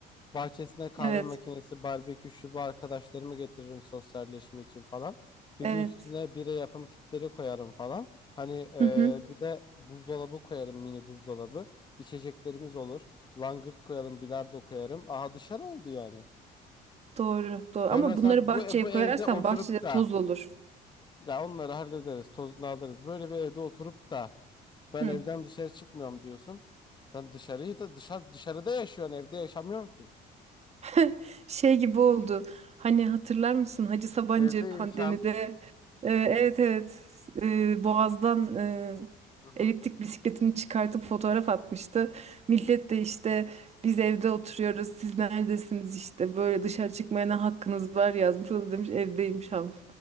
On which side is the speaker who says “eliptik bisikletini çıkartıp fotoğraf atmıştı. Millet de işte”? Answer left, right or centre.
Right